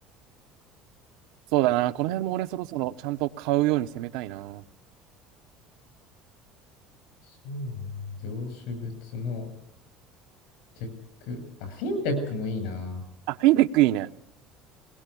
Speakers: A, on the right; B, on the left.
A: そうだな。この辺も俺そろそろちゃんと買うように攻めたいな。
B: そうね。業種別のテック。あ、フィンテックもいいな。
A: あ、フィンテックいいね。